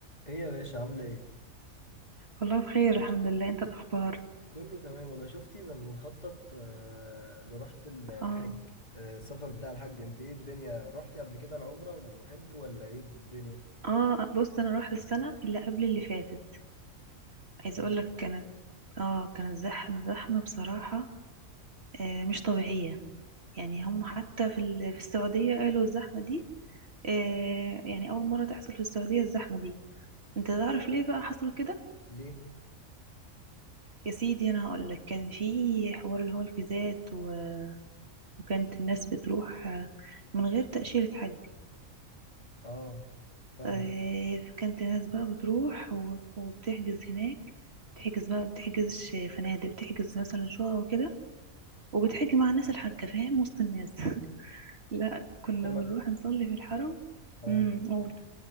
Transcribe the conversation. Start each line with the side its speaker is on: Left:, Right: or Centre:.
Left: ايه يا باشا عاملة ايه؟
Right: والله بخير الحمد لله انت الاخبار
Left: كله تمام والله شفتي بنخطط آه، لرحلة ال- الحج
Right: اه
Left: آه، السفر بتاع الحج انت ايه الدنيا رحتي قبل كده العمرة وحج ولا ايه الدنيا؟
Right: اه بص انا رحت السنه اللي قبل اللي فاتت عايزه
Left: طب
Right: اقول لك كانت اه كانت زحمه زحمه بصراحه آه مش طبيعيه يعني هم حتى في ال- في السعوديه قالوا الزحمه دي آه يعني اول مره تحصل في السعوديه الزحمه دي انت تعرف ليه بقى حصل كده
Left: ليه؟
Right: يا سيدي انا هقول لك كان في حوار اللي هو الفيزات و... وكانت الناس بتروح آه، من غير تاشيره حج
Left: اه فاهم
Right: آه، فكانت الناس بقى بتروح و- وبتحجز هناك بتحجز بقى بتحجز ش- فنادق بتحجز مثلا شقق وكده وبتحج مع الناس الحاجة فاهم وسط الناس <laughs> لا كنا
Left: طب ما
Right: بنروح نصلي في الحرم
Left: اه
Right: امم قول